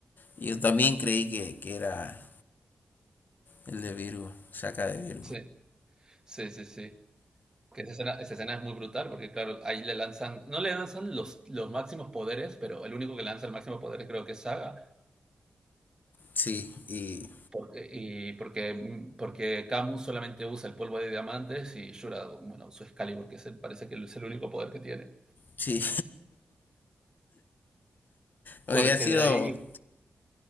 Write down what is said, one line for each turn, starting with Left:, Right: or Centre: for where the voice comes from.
Left: y yo también creí que, que era el de Virgo, saca de Virgo.
Right: Sí, sí, sí, sí. Que esa escena, esa escena es muy brutal porque claro, ahí le lanzan, no le lanzan los, los máximos poderes, pero el único que lanza el máximo poder creo que es Saga
Left: Sí, y
Right: Porque, y porque, mm, porque Camus solamente usa el polvo de diamantes y Shura, bueno, usa Excalibur, que es el- parece que es el único poder que tiene.
Left: sí, <laughs> Había
Right: Porque
Left: sido
Right: de ahí,